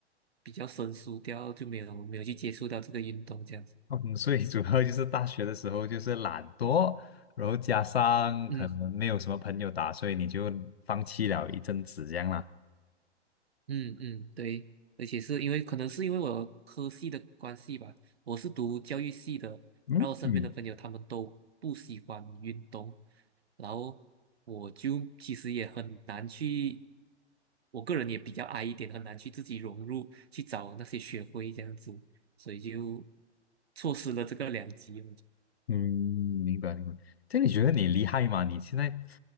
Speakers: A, on the right; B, on the left.
A: 比较生疏掉，就没有没有去接触到这个运动这样子。
B: <laughs> 嗯，所以主要就是大学的时候就是懒惰，然后加上可能没有什么朋友打，
A: 嗯。
B: 所以你就放弃了一阵子这样啦。
A: 嗯嗯，对，而且是因为可能是因为我科系的关系吧，我是读教育系的，
B: 嗯嗯。
A: 然后我身边的朋友他们都不喜欢运动，然后我就其实也很难去，我个人也比较矮一点，很难去自己融入，去找那些学会这样子，所以就错失了这个良机，
B: 嗯，明白明白。这你觉得你厉害吗？你现在